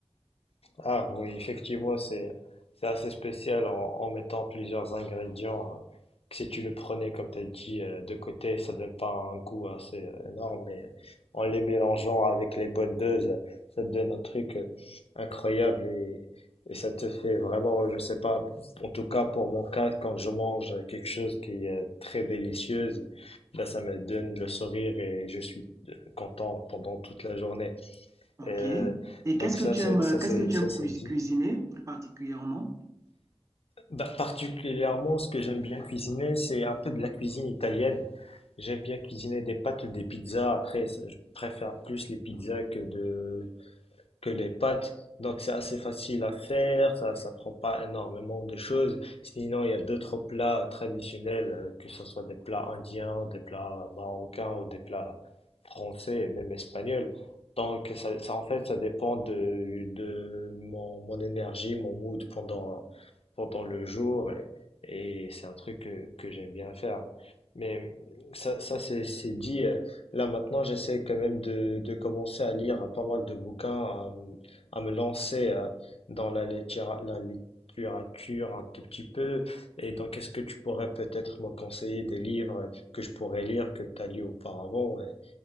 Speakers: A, on the left; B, on the right.
A: Ah oui, effectivement, c'est c'est assez spécial en, en mettant plusieurs ingrédients. euh, que si tu le prenais, comme tu as dit, euh, de côté, ça donne pas un goût assez euh, énorme, mais en les mélangeant avec les bonnes doses, ça te donne un truc euh, incroyable et, et ça te fait vraiment, je sais pas, en tout cas pour mon cas, quand je mange quelque chose qui est euh, très délicieuse, bah, ça me donne le sourire et je suis euh, content pendant toute la journée.
B: OK.
A: Euh,
B: Et
A: donc
B: qu'est-ce que
A: ça,
B: tu
A: c'est,
B: aimes, euh,
A: ça,
B: qu'est-ce
A: c'est,
B: que tu
A: ça,
B: aimes
A: c'est
B: cuis-
A: dit.
B: cuisiner plus particulièrement?
A: Bah, particulièrement, ce que j'aime bien cuisiner, c'est un peu de la cuisine italienne. J'aime bien cuisiner des pâtes, des pizzas. Après, ça- je préfère plus les pizzas que de que les pâtes. Donc c'est assez facile à faire, ça ça prend pas énormément de choses. Sinon, il y a d'autres plats traditionnels, euh, que ce soit des plats indiens, des plats marocains ou des plats français et même espagnols. Donc ça, ça en fait ça dépend de, de mon, mon énergie, mon mood pendant pendant le jour et, et c'est un truc que, que j'aime bien faire. Mais ça ça c'est c'est dit euh, Là maintenant, j'essaie quand même de, de commencer à lire euh, pas mal de bouquins, à, m- à me lancer euh, dans la, littéra- la littérature un tout petit peu. Et donc, est-ce que tu pourrais peut-être me conseiller des livres que je pourrais lire, que tu as lu auparavant? Et,